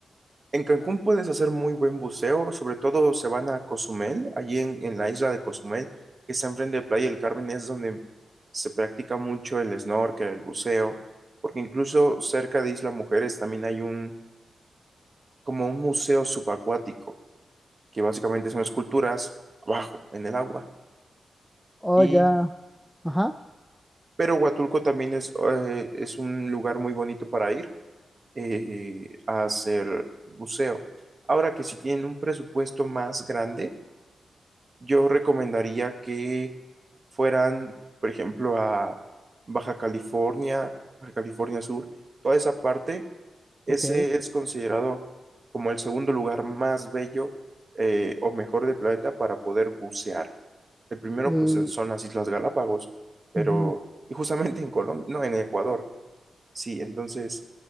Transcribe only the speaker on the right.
en Cancún puedes hacer muy buen buceo, sobre todo se van a Cozumel, allí en, en la isla de Cozumel, que está enfrente de Playa del Carmen, es donde se practica mucho el snorkel, el buceo, porque incluso cerca de Isla Mujeres también hay un, como un museo subacuático, que básicamente son esculturas abajo, en el agua.
Y,
pero Huatulco también es, eh, es un lugar muy bonito para ir. eh, a hacer buceo. Ahora que si tienen un presupuesto más grande, yo recomendaría que fueran, por ejemplo, a Baja California, Baja California Sur, toda esa parte, ese
es considerado como el segundo lugar más bello eh, o mejor del planeta para poder bucear. El primero,
pues, es- son las Islas Galápagos, pero,
y justamente en Colombia, no, en Ecuador. Sí, entonces,